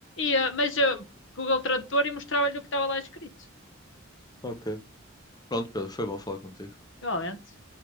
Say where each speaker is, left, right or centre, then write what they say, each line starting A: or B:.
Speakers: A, on the left; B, on the left.
A: E, ah, mas ah, Google Tradutor e mostrava-lhe o que estava lá escrito.
B: Ok. Pronto, Pedro, foi bom falar contigo.
A: Igualmente.